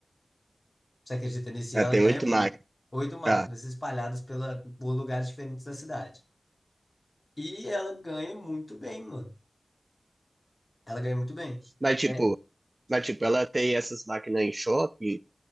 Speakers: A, on the left (about 35°); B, on the right (about 30°).
A: Você acredita nisso?
B: Ela
A: E ela
B: tem
A: ganha
B: oito máquinas,
A: oito máquinas
B: tá.
A: espalhadas pela, por lugares diferentes da cidade. E ela ganha muito bem, mano. Ela ganha muito bem.
B: Mas tipo,
A: É,
B: mas tipo, ela tem essas máquinas em shopping,